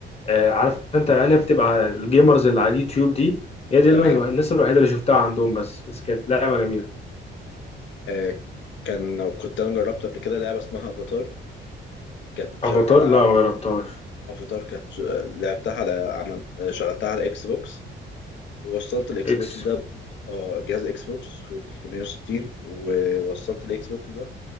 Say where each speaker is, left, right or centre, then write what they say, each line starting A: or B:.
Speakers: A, on the left; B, on the left.
A: آه، عارف انت العيال هي بتبقى الجيمرز اللي على اليوتيوب دي هي دي
B: تمام
A: اللي أنا- الناس الوحيده اللي شفتها عندهم بس بس كانت لعبه جميله
B: آه كان كنت انا جربت قبل كده لعبه اسمها افاتار كانت شغاله
A: افاتار
B: على
A: لا ما جربتهاش
B: افاتار كانت ش- لعبتها على عملت آه، شغلتها على اكس بوكس ووصلت الاكس
A: اكس
B: بوكس ده ب- آه، جهاز اكس بوكس و 360 ووصلت الاكس بوكس ده